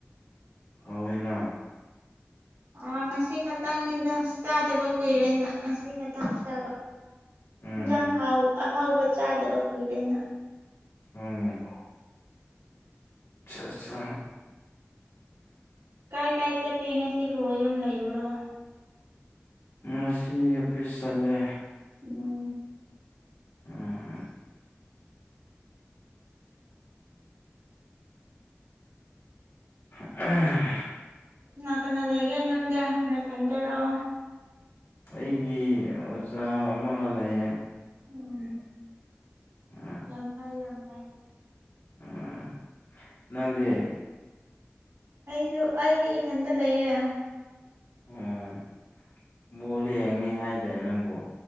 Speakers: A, on the left; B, on the right.
A: ꯍꯧꯏꯋꯦꯅꯥ
B: ꯑꯥ ꯉꯁꯤ ꯈꯛꯇꯪꯅꯤꯗ ꯆꯥꯗꯕ ꯀꯨꯏꯔꯦꯅ ꯉꯁꯤ ꯈꯇꯪ ꯆꯥꯕ
A: ꯎꯝ
B: ꯏꯟꯖꯥꯡ ꯍꯥꯎ ꯑꯍꯥꯎꯕ ꯆꯥꯗꯕ ꯀꯨꯏꯔꯦꯅ
A: ꯎꯝ ꯑꯆꯥꯆꯥ
B: ꯀꯥꯏ ꯀꯥꯏ ꯆꯠꯀꯦ ꯉꯁꯤꯕꯨ ꯌꯨꯝ ꯂꯩꯕ꯭ꯔꯣ
A: ꯉꯁꯤ ꯑꯣꯠꯠꯄꯤꯁ ꯆꯠꯂꯦ
B: ꯎꯝ
A: ꯎꯝ ꯑꯍꯟ
B: ꯀꯅꯥ ꯀꯅꯥ ꯂꯩꯒꯦ ꯅꯪꯗ ꯅꯊꯟꯗꯔꯑꯣ
A: ꯑꯩꯒꯤ ꯑꯣꯖꯥ ꯑꯃꯒ ꯂꯩꯌꯦ
B: ꯎꯝ
A: ꯎꯝ
B: ꯌꯥꯝ ꯐꯩ ꯌꯥꯝ ꯐꯩ
A: ꯎꯝ ꯅꯪꯗꯦ
B: ꯑꯩꯁꯨ ꯑꯩꯗꯤ ꯏꯊꯟꯇ ꯂꯩꯌꯦꯦ
A: ꯑꯣ ꯕꯣꯜ ꯌꯦꯡꯅꯤ ꯍꯥꯏꯗꯦ ꯅꯪꯕꯨꯣ